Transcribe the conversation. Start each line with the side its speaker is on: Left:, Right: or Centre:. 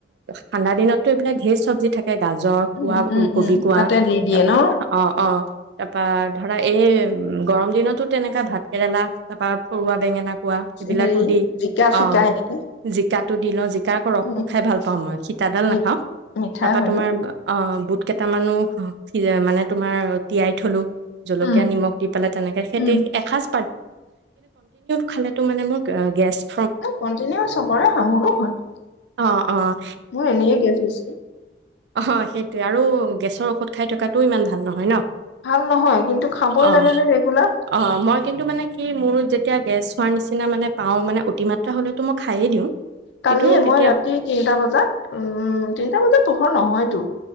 Right: ঠাডা দিনতো এইিল ধেৰ চবজি থে গাজৰ
Left: উম
Right: খোৱা
Left: উম
Right: উ কবি
Left: উম
Right: কোৱা,
Left: তাতে দি দিয়ে
Right: তাৰপা
Left: ন
Right: অ- অ, তাৰপা ধৰা এই গৰম দিনত তো তেনেকা ভাত কেৰেলা, তাৰপা পৰুৱা বেঙেনা কোৱা, এইবিলাকো
Left: হেৰি
Right: দি,
Left: জিকা চিকা
Right: অ',
Left: এনেকে
Right: জিকাটো দি লওঁ, জিকা‌‌ আকৌ ৰসটো
Left: উম
Right: খাই ভাল পাওঁ মই, সিটাগাল
Left: মি
Right: নাখাওঁ।
Left: মিঠা
Right: তাৰপা
Left: হয়
Right: তোমাৰ
Left: ন
Right: অ'--বুত কেইটামানো <unintelligible> মানে তোমাৰ তিয়াই থলো জলকীয়া
Left: উম
Right: নিমখ দি পেলাই তেনেকে সেই
Left: উম
Right: তে এসাঁজ খ ম
Left: কণ্টিনিউ চবৰে হয় মোৰো হয়
Right: অ'-অ।
Left: ম ন গিয়ছো
Right: অ হয় সেইটোৱে আৰু গেছৰ ঔষধ খাই থকাটোও ইমান ভাল নহয় ন?
Left: ভাল নহয়, কিন্তু খাবই
Right: অ'
Left: লাগে যে ৰেগুলাৰ।
Right: অ' মই কিন্তু মানে কি মোৰ যেতিয়া গেছ হোৱাৰ নিচিনা মানে পাওঁ মানে অতিমাত্ৰা হ'লেতো মই খায়েই দিওঁ
Left: কালিয়ে
Right: কিন্তু কেতিয়া
Left: মই ৰাতি তিনটা বজাত, উম তিনটা বজাত পোহৰ নহয়তো,